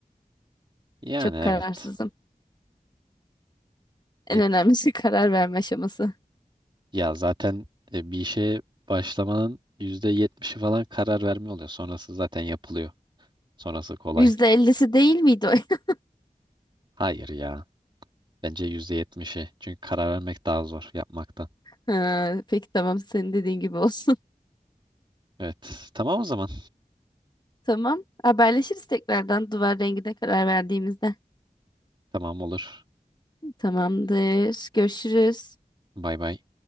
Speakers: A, on the right; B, on the left.
A: Yani
B: Çok
A: evet.
B: kararsızım.
A: E,
B: En önemlisi <laughs> karar verme aşaması.
A: ya zaten e, bir işe başlamanın yüzde yetmişi falan karar verme oluyor. Sonrası zaten yapılıyor. Sonrası kolay.
B: %50'si değil miydi o? <laughs>
A: Hayır ya. Bence yüzde yetmişi. Çünkü karar vermek daha zor yapmaktan.
B: Ha, peki tamam senin dediğin gibi olsun.
A: Evet. Tamam o zaman.
B: Tamam. Haberleşiriz tekrardan duvar rengine karar verdiğimizde.
A: Tamam olur.
B: Tamamdır. Görüşürüz.
A: Bay bay.